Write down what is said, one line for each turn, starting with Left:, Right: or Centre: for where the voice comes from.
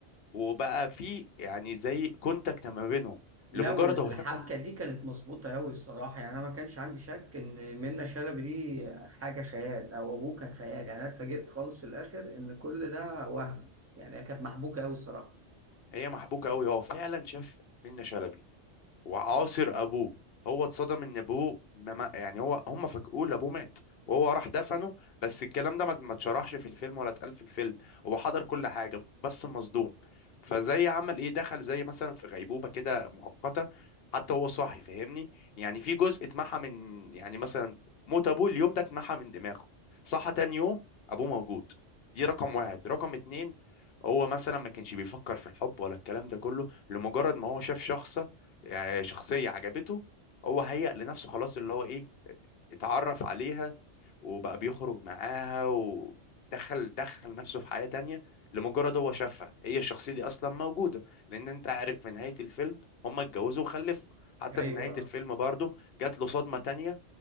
Left: وبقى في يعني زي كونتاكت ما بينهم
Right: لو
Left: لمجرد
Right: الحبكه
Left: هو شافهم
Right: دي كانت مظبوطه قوي الصراحه يعني انا ما كانش عندي شك ان منة شلبي دي حاجه خيال او ابوه كان خيال يعني انا اتفاجئت خالص في الاخر ان كل ده وهم يعني هي كانت محبوكه قوي الصراحه
Left: هي محبوكه قوي هو فعلا شاف منة شلبي وعاصر ابوه هو اتصدم ان ابوه ما ما- يعني هو هم فاجئوه ان ابوه مات وهو راح دفنه بس الكلام ده ما ما اتشرحش في الفيلم ولا اتقال في الفيلم هو حضر كل حاجه بس مصدوم فزي عمل ايه دخل زي مثلا في غيبوبه كده مؤقته حتى هو صاحي فاهمني يعني في جزء اتمحى من يعني مثلا موت ابوه اليوم ده اتمحى من دماغه صحى تاني يوم ابوه موجود دي رقم واحد رقم اتنين هو مثلا ما كانش بيفكر في الحب ولا الكلام ده كله لمجرد ما هو شاف شخص يعني شخصية عجبته هو هيأ لنفسه خلاص اللي هو ايه اتعرف عليها وبقى بيخرج معاها ودخل دخل نفسه في حياة تانية لمجرد هو شافها هي الشخصية دي أصلا موجودة لأن أنت عارف في نهاية الفيلم هما اتجوزوا وخلفوا حتى
Right: ايوه
Left: في نهاية الفيلم برضه جات له صدمة تانية